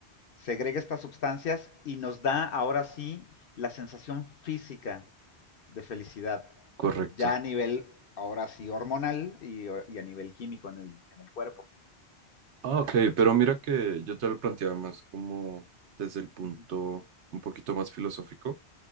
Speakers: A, on the left (about 55°); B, on the right (about 80°).
A: segrega estas sustancias y nos da ahora sí la sensación física de felicidad,
B: correcto.
A: ya a nivel ahora sí hormonal y, y a nivel químico en el, en el cuerpo.
B: Ah, ok, pero mira que yo te lo planteaba más como desde el punto
A: Uh -huh,
B: un poquito más filosófico,